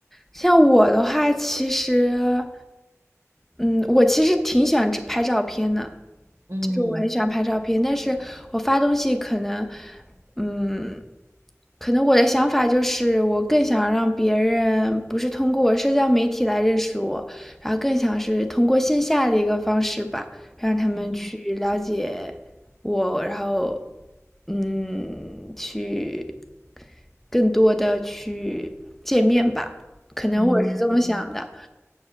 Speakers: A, in the centre; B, on the right (about 75°).
A: 像我的话，其实，嗯，我其实挺喜欢只拍照片的，
B: 嗯
A: 就我很喜欢拍照片，但是我发东西可能，嗯，可能我的想法就是，我更想让别人不是通过我社交媒体来认识我，然后更想是通过线下的一个方式吧，让他们去了解我，
B: 嗯
A: 然后，嗯，去更多的去见面吧，可能我是这么想的。
B: 嗯，